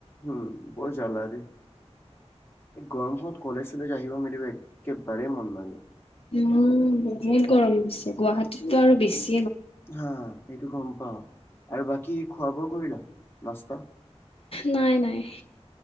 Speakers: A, on the left; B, on the left.
A: উম বৰ জাল আজি এই গৰমখনত কলেজ চ যায় জৱ মেলিব একেবাৰে মন নাযায় গ
B: উম বহুত গৰম গছে গুৱাহাটীতো আৰু বেছি
A: হা এইটো গম পাও আৰু বাকী খোৱা বোৱা কৰিলা নাস্তা
B: নাই নাই